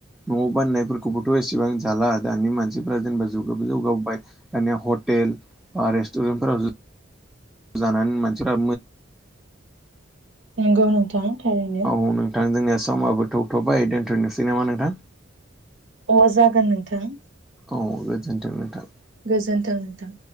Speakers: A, in the centre; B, on the right.
A: न'आव बान्नायफोरखौबोथ' एसेबां जाला दानि मानसिफ्रा जेनेबा जौगाबो जौगाबोबाय हटेल रेस्टुरेनफोराव जानानै मानसिफ्रा
B: नंगौ नोंथां थारैनो
A: औ नोंथां जोंनिया समाबो थौथ'बाय दोनथ'नोसै नामा नोंथां
B: अ जागोन नोंथां
A: औ गोजोन्थों नोंथां
B: गोजोन्थों नोंथां